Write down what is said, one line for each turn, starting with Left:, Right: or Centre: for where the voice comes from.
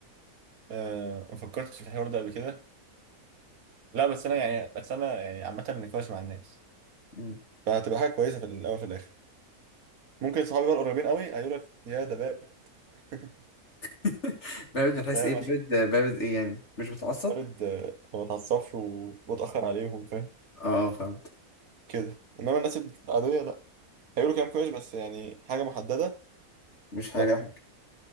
Right: أه ما فكرتش في الحوار ده قبل كده لا بس انا يعني بس انا يعني عامه نقاش مع الناس
Left: مم.
Right: فهتبقى حاجه كويسه في الاول في الاخر ممكن صحابي بقى القريبين قوي هيقول لك يا ده باب <laughs>
Left: <laughs> بارد من حيث
Right: فاهم
Left: ايه بارد
Right: عشان
Left: بارد ايه يعني مش بتعصب
Right: وارد آه، ما بتعصبش و- واتاخر عليهم فاهم
Left: اه فهمت
Right: كده انما الناس العاديه لا هيقولوا كلام كويس بس يعني حاجه محدده
Left: مش
Right: لا
Left: هيلاقي حاجة